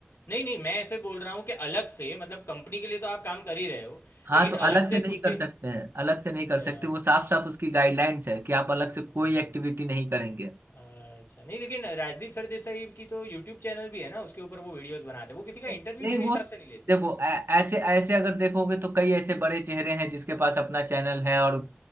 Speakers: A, on the left; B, on the right.
A: नहीं नहीं मैं ऐसे बोल रहा हूँ कि अलग से मतलब कंपनी के लिए तो आप काम कर ही रहे हो
B: हाँ
A: लेकिन
B: तो अलग
A: अलग से
B: से नहीं
A: खुद
B: कर
A: के
B: सकते हैं अलग से नहीं
A: अच्छा
B: कर सकते वो साफ साफ उसकी गाइडलाइंस है कि आप अलग से कोई
A: हम्म,
B: एक्टिविटी नहीं करेंगे
A: अच्छा नहीं लेकिन राजदीप सरदेसाई की तो यूट्यूब चैनल भी है ना उसके ऊपर वो वीडियोस बनाते हैं वो किसी का
B: नहीं
A: इंटरव्यू मेरे
B: वो
A: हिसाब से नहीं लेते
B: देखो ऐ- ऐसे ऐसे अगर देखोगे तो कई ऐसे बड़े चेहरे हैं जिसके पास अपना चैनल है और